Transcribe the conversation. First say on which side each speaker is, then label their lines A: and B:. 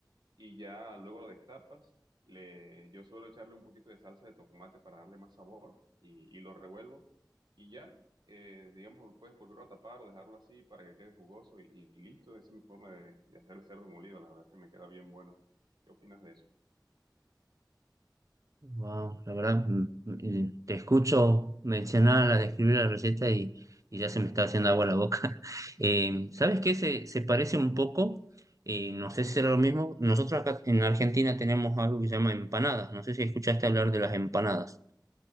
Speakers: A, on the right; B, on the right.
A: y ya luego lo destapas. Le, yo suelo echarle un poquito de salsa de tomate para darle más sabor y, y lo revuelvo y ya, eh, digamos, lo puedes volverlo a tapar o dejarlo así para que quede jugoso y, y listo. Esa es mi forma de, de hacer el cerdo molido, la verdad que me queda bien bueno. ¿Qué opinas de eso?
B: Wow, la verdad, mm, mm, te escucho mencionar, la describir la receta y, y ya se me está haciendo agua la boca. <laughs> Eh, ¿sabes qué? Se, se parece un poco, eh, no sé si será lo mismo. Nosotros acá en Argentina tenemos algo que se llama empanadas. No sé si escuchaste hablar de las empanadas.